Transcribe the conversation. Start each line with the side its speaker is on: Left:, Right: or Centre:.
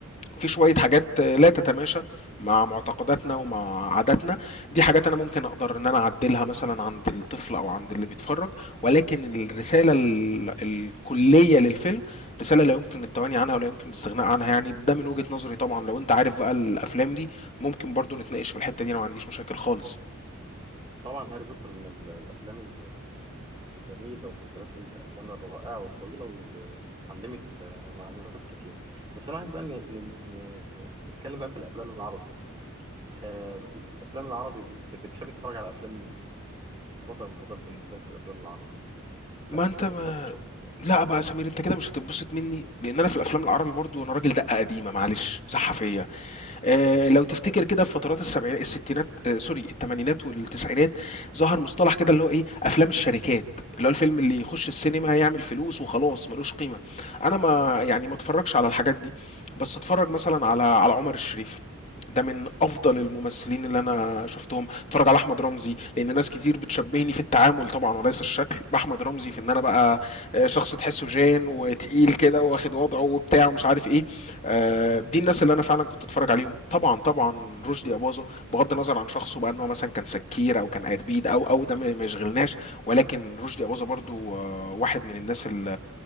Left: في شوية حاجات لا تتماشى مع معتقداتنا ومع عاداتنا دي حاجات انا ممكن اقدر ان انا اعدلها مثلا عند الطفل او عند اللي بيتفرج ولكن الرسالة ال- الكلية للفيلم رسالة لا يمكن التواني عنها ولا يمكن الاستغناء عنها يعني ده من وجهة نظري طبعا لو انت عارف بقى الافلام دي ممكن برضو نتناقش في الحتة دي انا ما عنديش مشاكل خالص
Right: طبعا هاري بوتر من ال- الافلام جميلة ومن سلاسل الأفلام الرائعة والطويلة واللي علمت آه، مع الناس كتير بس أنا عايز بقى ن- ن- ن- نتكلم بقى في الأفلام العربي آه، الأفلام العربي بت- بتحب تتفرج على أفلام مين؟ البطل المفضل بالنسبة لك في الأفلام العربي الأفلام
Left: ما انت ما
Right: اللي بتحب تشوفها
Left: لا بقى يا سمير انت كده مش هتتبسط مني لان انا في الافلام العربي برضو انا راجل دقه قديمه معلش مسحه فيا آه، لو تفتكر
Right: طب هاد
Left: كده في فترات السبعينات الستينات آه، سوري الثمانينات والتسعينات ظهر مصطلح كده اللي هو ايه افلام الشركات اللي هو الفيلم اللي يخش السينما يعمل فلوس وخلاص ملوش قيمة انا ما يعني ما اتفرجش على الحاجات دي بس اتفرج مثلا على على عمر الشريف ده من افضل
Right: مم.
Left: الممثلين اللي انا شفتهم اتفرج على احمد رمزي لان ناس كتير بتشبهني في التعامل طبعا وليس الشكل باحمد رمزي في ان انا بقى آه، شخص تحسه جان وتقيل كده واخد وضعه وبتاع ومش عارف ايه آه، دي الناس اللي انا فعلا كنت اتفرج عليهم طبعا طبعا رشدي اباظه بغض النظر عن شخصه بقى ان هو مثلا كان سكير او كان قربيد او او ده ما ما يشغلناش ولكن رشدي اباظه برضو آه، واحد من الناس ال